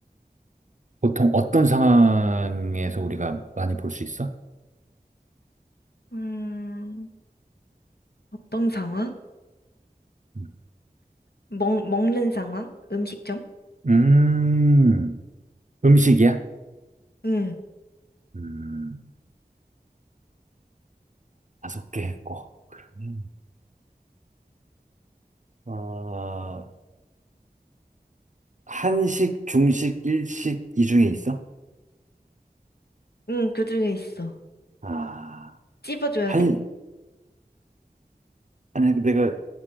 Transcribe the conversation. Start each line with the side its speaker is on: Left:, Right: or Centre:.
Right: 보통 어떤 상황에서 우리가 많이 볼 수 있어?
Left: 음, 어떤 상황?
Right: 음,
Left: 먹, 먹는 상황? 음식점?
Right: 음, 음식이야?
Left: 응.
Right: 음, 다섯 개 했고 그러면 어, 한식, 중식, 일식 이 중에 있어?
Left: 응, 그 중에 있어.
Right: 아,
Left: 찝어줘야
Right: 한
Left: 돼?
Right: 아니, 내가